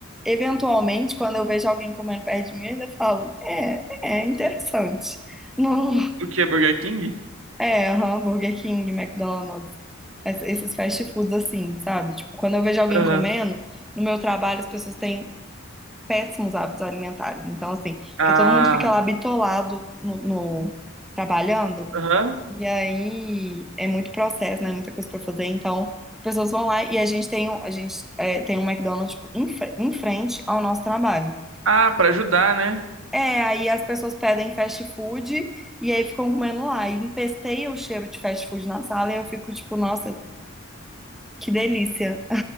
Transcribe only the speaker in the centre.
eventualmente, quando eu vejo alguém comendo perto de mim, eu ainda falo, é, é interessante. Não,
é, aham, Burger King, McDonald's, es- esses fast foods assim, sabe? Tipo, quando eu vejo alguém
comendo, no meu trabalho as pessoas têm péssimos hábitos alimentares. Então, assim, porque
todo mundo fica lá bitolado no no- trabalhando.
E aí é muito processo, né? Muita coisa pra fazer. Então, as pessoas vão lá e a gente tem, um- a gente, é, tem um McDonald's tipo, em, fre- em frente ao nosso trabalho.
É, aí as pessoas pedem fast food e aí ficam comendo lá. E empesteia o cheiro de fast food na sala e eu fico tipo, nossa, que delícia.